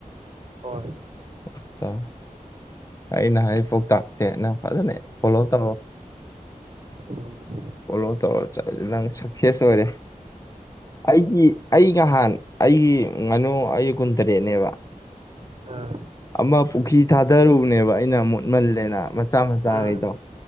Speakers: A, on the right; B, on the left.
A: ꯍꯣꯏ
B: <unintelligible> ꯑꯩꯅ ꯍꯥꯏ ꯄꯥꯎꯇꯥꯛꯁꯦ ꯅꯪ ꯐꯖꯅ ꯐꯣꯂꯣ ꯇꯧꯔꯣ
A: ꯎꯝ
B: ꯐꯣꯂꯣ ꯇꯧꯔ ꯆꯠꯂ ꯅꯪ ꯁꯛꯁꯦꯁ ꯑꯣꯏꯔꯦ ꯑꯩꯒꯤ ꯑꯩ ꯅꯍꯥꯟ ꯑꯩꯒꯤ ꯉꯥꯅꯨ ꯑꯩꯒꯤ ꯀꯨꯟꯇꯔꯦꯠꯅꯦꯕ
A: ꯑꯥ
B: ꯑꯃ ꯄꯨꯈ꯭ꯔꯤ ꯊꯥꯗꯔꯨꯕꯅꯦꯕ ꯑꯩꯅ ꯃꯣꯠꯃꯜꯂꯦꯅ ꯃꯆꯥ ꯃꯆꯥꯥ
A: ꯑꯥ
B: ꯉꯩꯗꯣ